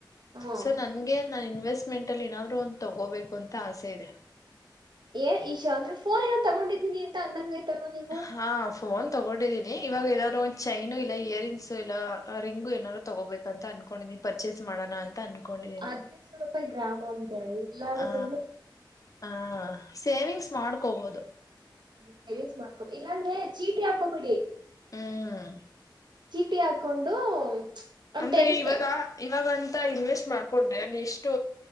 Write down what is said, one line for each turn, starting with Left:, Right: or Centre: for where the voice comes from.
Right: ಹ
Left: ಸೊ ನ ನಿನ್ಗೆ ನಾನ್ ಇನ್ವೆಸ್ಟ್ಮೆಂಟ್ ಅಲ್ಲಿ ಏನಾದ್ರು ಒಂದು ತಗೋಬೇಕು ಅಂತ ಆಸೆ ಇದೆ
Right: ಏನ್ ಈಶ ಅಂದ್ರೆಫೋನ್ ಏನೋ ತಗೊಂಡಿದ್ದೀಿನಿ ಅಂತ ಅಂದಂಗಯ್ತಾರ ನೀವು
Left: ಹಾ ಫೋನ್ ತಗೊಂಡಿದ್ದೀನಿ ಇವಾಗ ಏನಾದ್ ಒ ಚೈನು ಇಲ್ಲ ಇಯರ್ರಿಂಗ್ಸು ಇಲ್ಲ ರಿಂಗು ಏನಾರರು ತಗೋಬೇಕು ಅಂತ ಅನ್ಕೊಂಡೀನಿ ಪರ್ಚೇಸ್ ಮಾಡೋಣ ಅಂತ ತನ್ಕೊಂಡಿ
Right: ಹದ್ ದು ಸಾವಿರ ರೂಪಾಯಿ ಗ್ರಾಮ ಅ್ದ ಎಲ್ಲ ಗತಿಿಂದ
Left: ಆ ಹ ಸೇವಿಂಗ್ಸ್ ಮಾಡ್ಕೋಬೋದು
Right: ಅದದು ಸೇವಿಂಗ್ಸ್ ಮಾಡಕಬಿ ಇಲ್ಲಂದ್ರೆ ಚೀಟಿ ಹಾಕೋಬ ಬಿಡಿ
Left: ಹ್ಮ್
Right: ಚೀಟಿ ಹಾಕೊಂಡು ಒಂದ್
Left: ಅಂದ್ರೆ
Right: ಟೆನ್
Left: ಇವಾಗ
Right: ಕೆ
Left: ಇವಾಗಂತ ಇನ್ವೆಸ್ಟ್ ಮಾಡ್ಕೊಂಡ್ರೆ ಎಷ್ಟು